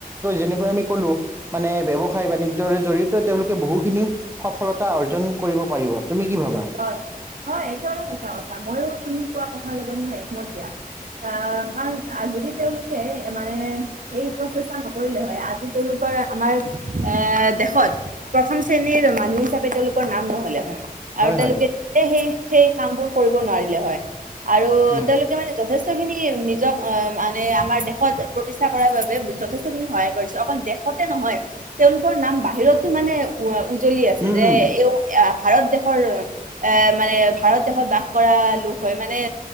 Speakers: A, on the right; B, on the right.
A: যেনেকৈ আমি কলো মানে ব্যৱসায় বাণিজ্যৰ জৰিয়তেও তেওঁলোকে বহুখিনি সফলতা অৰ্জন কৰিব পাৰিব। তুমি কি ভাবা?
B: হয়, হয় একেবাৰে সঁচা কথা, ময়ো তুমি কোৱা কথাৰ লগত মই একমত দিয়া। আহ' কাৰণ যদি তেওঁলোকে মানে সেই প্ৰচেষ্টা নকৰিলে হয় আজি তেওঁলোকৰ আমাৰ এ দেশত প্ৰথম শ্ৰেণীৰ মানুহ হিচাপে তেওঁলোকৰ নাম নহ'লে হয়।
A: হয়
B: আৰু তেওঁলোকে
A: হয়
B: সেই সেই কাম বোৰ কৰিব নোৱাৰিলে হয় আৰু
A: উম
B: তেওঁলোকে এতিয়া মানে যথেষ্টখিনি নিজক আহ' মানে আমাৰ দেশত প্ৰতিষ্ঠা কৰাৰ বাবে যথেষ্ট খিনি সহায় কৰিছে। অকল দেশতে নহয় তেওঁলোকৰ নাম বাহিৰতো মানে উ-উজলি আছে
A: উম
B: যে
A: উম
B: এ ভাৰত দেশ ৰ এ মানে ভাৰত দেশত বাস কৰা লোক হয় মানে